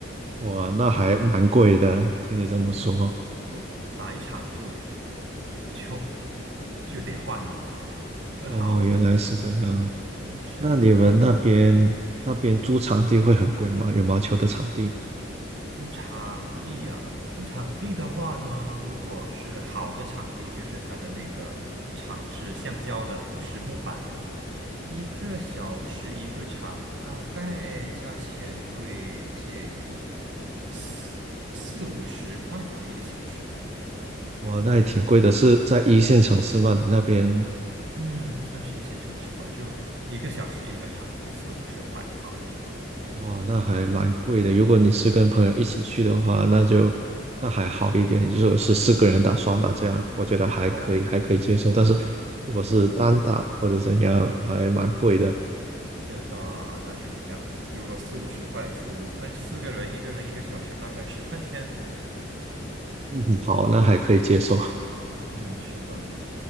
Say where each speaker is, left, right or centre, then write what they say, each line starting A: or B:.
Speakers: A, on the right; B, on the right.
A: 哇，那还蛮贵的。听你这么说，
B: 非常的贵，打一场就就就得换了。呃，
A: 哦，
B: 好的，
A: 原来是这样。
B: 嗯，是的，
A: 那你们那边那边租场地会很贵吗？
B: 好的，
A: 羽毛球的场地？
B: 租场地啊，租场地的话呢，如果是好的场地，就是它的那个场是橡胶的，不是木板的，一个小时一个场，大概价钱会介于四四五十块吧，一个小时。
A: 哇，那也挺贵的，是在一线城市吗？你那边
B: 嗯，算是一线城市吧，就一个小时一个场，四五十块啊。
A: 哇，那还蛮贵的。如果你是跟朋友一起去的话，那就那还好一点，
B: 嗯，
A: 就是我是四个人打双打这样，我觉得还可以，
B: 哦，
A: 还可以接受。但是如果是单打或者怎样，还蛮贵的。<laughs>
B: 是的，那就比较，如果四五十块除分四个人，一个人一个小时，大概十块钱。
A: 嗯，好，那还可以接受。
B: 嗯，是的，